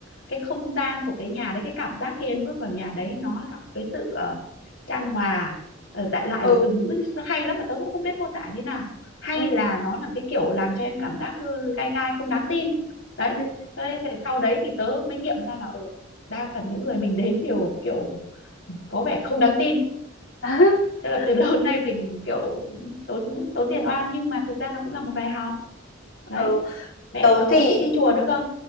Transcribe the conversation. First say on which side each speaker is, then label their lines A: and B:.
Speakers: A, on the left; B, on the left.
A: cái không gian của cái nhà đấy cái cảm giác khi em bước vào nhà đấy nó là một cái sự ờ, chan hòa Ờ, đại loại
B: ừ
A: là từ ngữ nó hay lắm mà tớ cũng không biết mô tả như nào hay
B: ừ
A: là nó là cái kiểu làm cho em cảm giác ừ, gai gai không đáng tin đấy
B: ừ
A: cho nên thì sau đấy thì tớ mới nghiệm ra là ở đa phần những người mình đến đều kiểu có vẻ không đáng tin
B: <laughs>
A: thế là từ lâu <laughs> đến nay mình kiểu tốn tốn tiền oan nhưng mà thực ra nó cũng là một bài học đấy
B: ừ
A: mẹ
B: tớ
A: tớ
B: thì
A: thích đi chùa nữa cơ